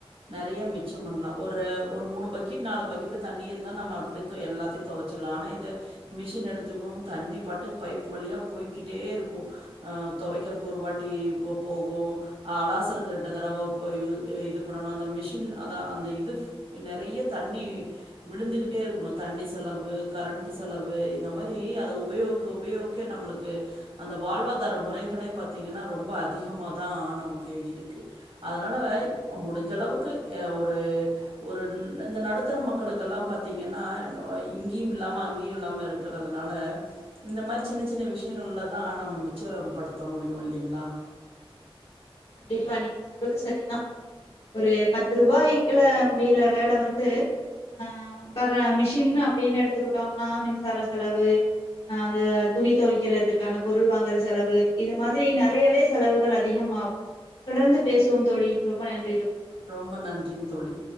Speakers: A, on the right; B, on the left.
A: நெறைய மிச்ச பண்ணலாம் ஒரு ஒரு மூணு பக்கெட் நாலு பக்கெட் தண்ணி இருந்தா நம்ம அப்டிய எல்லாத்தையு தொவச்சுடலா ஆனா இத மிஷின் எடுத்துக்கோங்க தண்ணி பாட்டுக் பைப் வழியா போய்கிட்டேருக்கூ ஆ துவைக்கிறக்கு ஒருவாட்டி போகு அலாசருக்கு ரெண்டு தடவ போயிடு இது பண்ணணு அந்த மிஷின் அத அந்த இது நெறைய தண்ணி விழுந்துகிட்டே இருக்கணு தண்ணி செலவு கரண்ட்டு செலவு இந்த மாரி அத உபயோகிக்க உபயோகிக்க நம்மளுக்கு அந்த வாழ்வாதார முறைகளே பாத்தீங்கன்னா ரொம்ப அதிகமா தா நமக்கு இருக்கு அதுனால வ முடிஞ்ச அளவுக்கு ஒரு ஒரு இந்த நடுத்தர மக்களுக்கெல்லா பாத்தீங்கனனா இங்கேயும் இல்லாம அங்கேயு இல்லாம இருக்குறதுனால இந்த மாரி சின்ன சின்ன விஷயங்கள்ல ஆன நம்ம மிச்சப்படுத்த முடியு இல்லைங்களா
B: கண்டிப்பா நீங்க சொல்றது சரிதான் ஒரு பத்து ரூபாய்க்கள முடியிற வேல வந்து ஆ கர மிஷின் அப்டின்னு எடுத்துக்கிட்டோம்னா மின்சார செலவு அந்த துணி துவக்கிறதுக்கான பொருள் வாங்குற செலவு இது மாரி நிறையவே செலவுகள் அதிகமாகு தொடர்ந்து பேசுவோம் தோழி ரொம்ப நன்
A: ரொம்ப நன்றிங்க தோழி